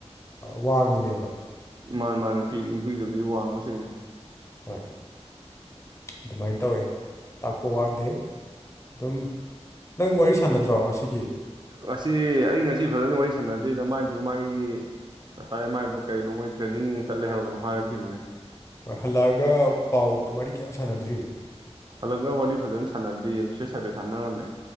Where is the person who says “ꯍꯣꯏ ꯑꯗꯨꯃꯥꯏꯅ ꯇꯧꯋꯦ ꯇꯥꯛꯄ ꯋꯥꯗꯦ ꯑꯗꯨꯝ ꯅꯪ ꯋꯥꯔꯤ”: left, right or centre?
Left